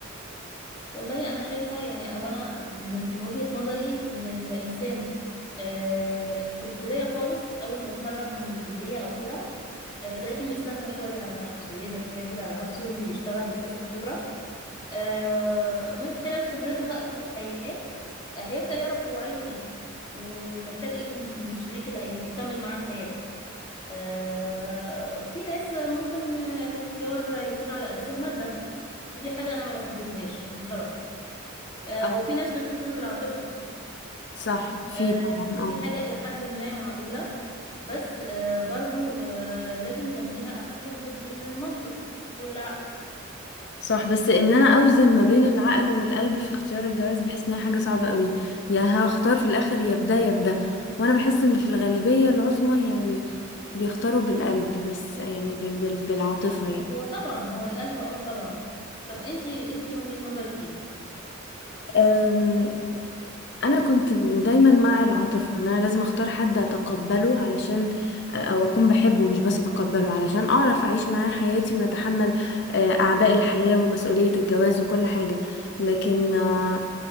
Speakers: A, on the left (about 25°); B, on the left (about 55°).
A: والله انا شايفه يعني او انا من وجهه نظري ان الانسان آه، في البدايه خالص اول ما يتخرج من الكليه او كده آه، لازم يستنى شويه على نفسه يهدى شويه كده على نفسه ينزل يشتغل يكتسب خبره آه، من خلال خبرته بقى في الحياه آه، هيبدا يعرف هو عايز ايه ومحتاج ايه من من الشريك اللي هيكمل معاه حياته آه، في ناس ممكن الاختيار يكون على اساس الماده ودي حاجة أنا ما بحبذهاش بصراحة آه
B: اه
A: وفي ناس بتختار بالعاطفة
B: صح في
A: آه
B: طبعا
A: ودي حاجة إلى حد ما معقولة بس آه برضو آه لازم جنبيها أحكم جزء من المنطق هو العقل
B: صح بس ان انا اوزن ما بين العقل والقلب في اختيار الجواز بحس انها حاجه صعبه قوي يا هختار في الاخر يا بدا يا بدا وانا بحس ان في الغالبيه العظمى يعني بيختاروا بالقلب بس يعني ب- ب- بالعاطفه يعني
A: هو طبعا هو القلب اه طبعا طب انتي انتي من وجهة نظرك ايه
B: أم، انا كنت دايما مع العاطفه ان انا لازم اختار حد اتقبله علشان او اكون بحبه مش بس اتقبله علشان اعرف اعيش معاه حياتي ونتحمل آه، اعباء الحياه ومسؤوليه الجواز وكل حاجه لكن آه،